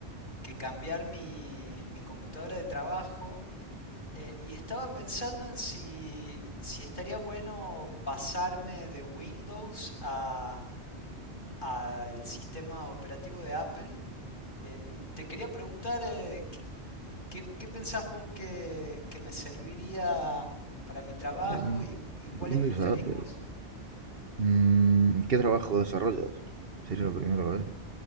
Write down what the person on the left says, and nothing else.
que cambiar mi, mi computadora de trabajo eh, y estaba pensando en si, si estaría bueno pasarme de Windows a, al sistema operativo de Apple. Eh, te quería preguntar eh, ¿qué, qué- qué pensás vos que, que me serviría para mi trabajo
y, y cuáles
preferís
vos?